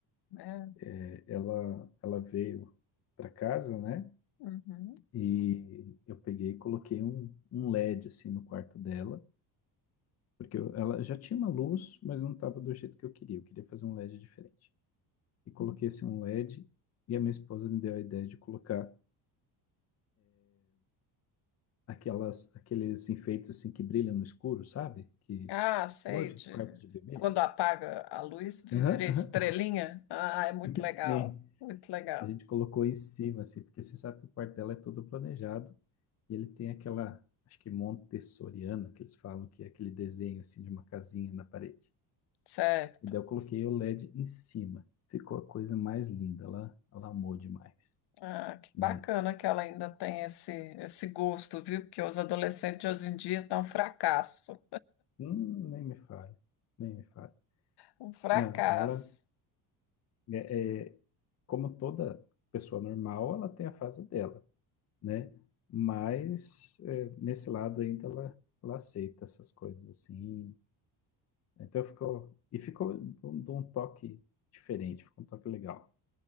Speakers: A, on the left; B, on the left.
A: né?
B: É, ela, ela veio para casa, né?
A: Uhum.
B: E eu peguei e coloquei um, um LED, assim, no quarto dela. Porque eu- ela já tinha uma luz, mas não estava do jeito que eu queria. Eu queria fazer um LED diferente. e coloquei
A: uhum.
B: assim um LED e D, e a minha esposa me deu a ideia de colocar aquelas aqueles enfeites assim que brilham no escuro, sabe? Que
A: Ah, sei
B: igual de
A: de
B: quarto de bebê.
A: quando apaga a luz, vira
B: Aham,
A: estrelinha.
B: aham.
A: Ah, é muito
B: <laughs>
A: legal,
B: Sim,
A: muito legal.
B: a gente colocou em cima assim, porque você sabe que o quarto dela é todo planejado e ele tem aquela acho que montessoriana que eles falam que é aquele desenho assim de uma casinha na parede.
A: Certo.
B: E daí eu coloquei o LED em cima. Ficou a coisa mais linda, ela, ela amou demais,
A: Ah, que
B: né?
A: bacana que ela ainda tem esse, esse gosto, viu? Porque os adolescentes de hoje em dia estão um fracasso.
B: Hum, nem me fale, nem me fale.
A: Um fracasso.
B: Não, ela é, é, como toda pessoa normal, ela tem a fase dela, né? Mas é, nesse lado ainda ela, ela aceita essas coisas assim. Então ficou e ficou de um de um toque diferente, ficou um toque legal.